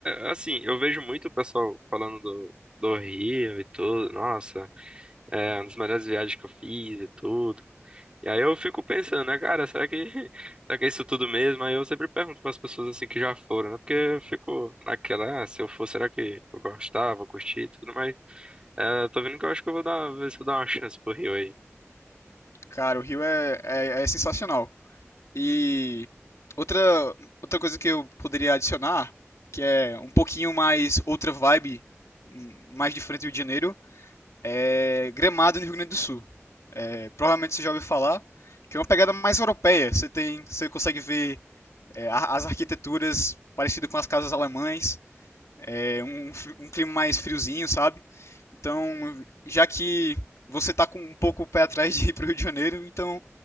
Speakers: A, on the right (about 20°); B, on the left (about 80°).
A: é, é assim, eu vejo muito o pessoal falando do, do Rio e tudo. Nossa. É uma das melhores viagens que eu fiz e tudo. E aí eu fico pensando, né, cara, será que, <laughs> será que é isso tudo mesmo? Aí eu sempre pergunto para as pessoas assim que já foram, né? Porque eu fico naquela, ah, se eu for, será que eu gostava, curti e tudo mais? É, eu tô vendo que eu acho que eu vou dar, ver se eu dou uma chance pro Rio aí.
B: cara, o Rio é, é, é sensacional. E outra, outra coisa que eu poderia adicionar, que é um pouquinho mais outra vibe, hum, mais diferente do Rio de Janeiro, é Gramado, no Rio Grande do Sul. É, provavelmente você já ouviu falar, que é uma pegada mais europeia. Você tem, você consegue ver é, as arquiteturas parecidas com as casas alemães, é, um, um clima mais friozinho, sabe? Então, já que você tá com um pouco o pé atrás de ir pro Rio de Janeiro, então